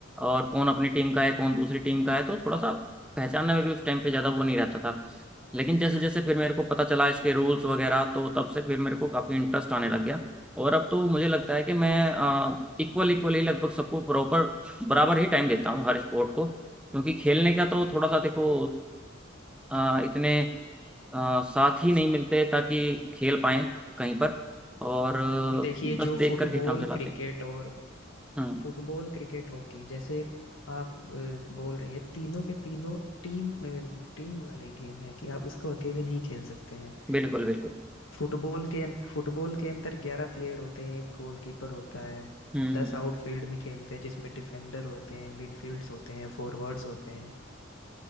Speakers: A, in the centre; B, on the left.
A: और कौन अपनी टीम का है कौन दूसरी टीम का है तो थोड़ा सा पहचानने में भी उस टाइम पे ज़्यादा वो नहीं रहता था लेकिन जैसे जैसे फिर मेरे को पता चला इसके रूल्स वगैरह तो तब से फिर मेरे को काफ़ी इंटरेस्ट आने लग गया और अब तो मुझे लगता है कि मैं इक्वल इक्वल ही लगभग सबको प्रॉपर बराबर ही टाइम देता हूँ हर स्पोर्ट को क्योंकि खेलने का तो थोड़ा सा देखो अ, इतने अ, साथी नहीं मिलते ताकि खेल पाएं कहीं पर और अ,
B: देखिए
A: बस
B: जो
A: देख
B: फुटबॉल
A: करके काम चलाते
B: क्रिकेट
A: हैं
B: और
A: हम्म
B: फुटबॉल क्रिकेट हॉकी जैसे आप अ, बोल रही हैं तीनों के तीनों टीम में टीम वाले गेम है कि आप इसको अकेले नहीं खेल सकते हैं
A: बिल्कुल बिल्कुल
B: फुटबॉल के फुटबॉल के अंदर ग्यारह प्लेयर होते हैं एक गोलकीपर होता है
A: हम्म
B: दस
A: हम्म
B: आउटफील्ड में खेलते हैं जिसमें डिफेंडर होते हैं मिडफील्ड्स होते हैं फॉरवर्ड्स होते हैं